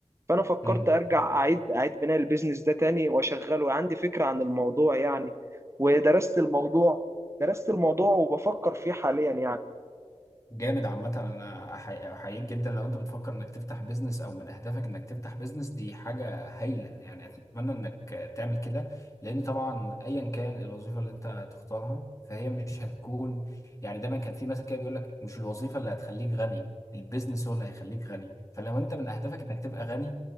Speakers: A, on the right; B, on the left.
A: فانا فكرت
B: امم
A: ارجع اعيد اعيد بناء البيزنس ده تاني واشغله عندي فكره عن الموضوع يعني ودرست الموضوع درست الموضوع وبفكر فيه حاليا يعني
B: جامد عامة أنا أحي- أحييك جدا لو أنت بتفكر إنك تفتح بيزنس أو من أهدافك إنك تفتح بيزنس دي حاجة هايلة يعني أتمنى إنك تعمل كده لأن طبعا أيا كان الوظيفة اللي أنت تختارها فهي مش هتكون يعني دايما كان في مثل كده بيقول لك مش الوظيفة اللي هتخليك غني البيزنس هو اللي هيخليك غني فلو أنت من أهدافك إنك تبقى غني